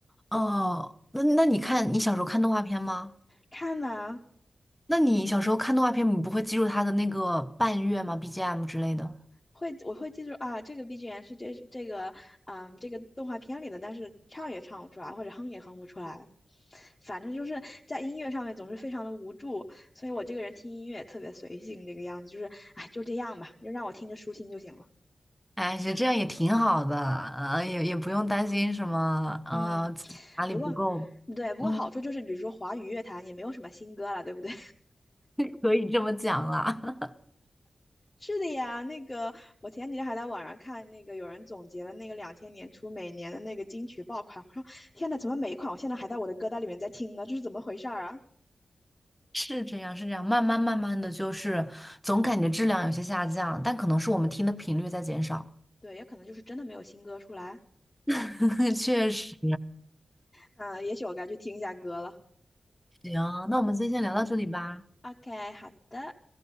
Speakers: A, in the centre; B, on the left (about 25°).
A: 哦，那那你看你小时候看动画片吗？
B: 看呐、
A: 那你小时候看动画片，你不会记住它的那个伴乐吗？BGM 之类的？
B: 会我会记住啊，这个 BGM 是这这个嗯这个动画片里的，但是唱也唱不出来，或者哼也哼不出来，反正就是在音乐上面总是非常的无助，所以我这个人听音乐也特别随性，这个样子就是哎就这样吧，就让我听着舒心就行了。
A: 哎，实这样也挺好的，呃，也也不用担心什么，呃，
B: 嗯，
A: 自己哪里不够，
B: 不过对，不过好处就是比如说华语乐坛也没有什么新歌了，
A: 嗯，
B: 对不对？
A: <laughs> 可以这么讲啦。<laughs>
B: 是的呀，那个我前几天还在网上看那个有人总结了那个两千年初每年的那个金曲爆款，我说天呐，怎么每一款我现在还在我的歌单里面在听呢？这是怎么回事儿啊？
A: 是这样，是这样，慢慢慢慢的就是总感觉质量有些下降，但可能是我们听的频率在减少。
B: 对，也可能就是真的没有新歌出来，
A: <laughs> 确实，
B: 嗯，也许我该去听一下歌了。
A: 行，那我们今天先聊到这里吧。
B: OK，好的。